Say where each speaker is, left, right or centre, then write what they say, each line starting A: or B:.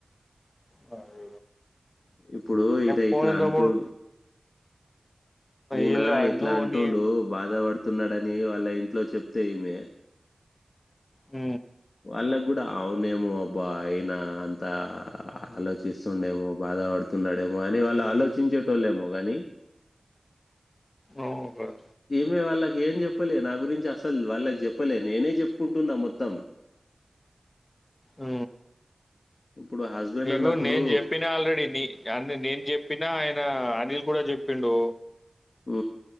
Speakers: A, on the left (about 40°); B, on the left (about 70°).
A: అ
B: ఇప్పుడు ఇద
A: పోనీ
B: ఇట్లా అంటూడు
A: తమ్ముడు
B: ఈయనా
A: ఈళ్ళు
B: ఇట్లా
A: నువ్వు
B: అంటుండు
A: నీ
B: బాధ పడుతున్నాడని వాళ్ళ ఇన్ ఇంట్లో చెప్తే ఇమే
A: ఉ
B: వాళ్ళ కూడా అవునేమో అబ్బా అయినా అంతా ఆలోచిస్తుండేమో బా బధ పడుతున్నాడేమో అని వాళ్ళు ఆలోచించేటోళ్ళ ఏమో కాగాని
A: అవును కదా
B: ఇమే వాళ్ళకి ఏం చెప్పలే నా గురించి అసలు వాళ్ళకి చెప్పలే నేనే చెప్పుకుంటున్నా మొత్తం
A: ఉ
B: ఇప్పుడు హస్బెండ్
A: నికు
B: అన్నప్పుడు
A: నేను చెప్పినా ఆల్రెడీ నన్న నేను చెప్పినా ఆయన అనిల్ కూడా చెప్పి పిండు
B: ఉ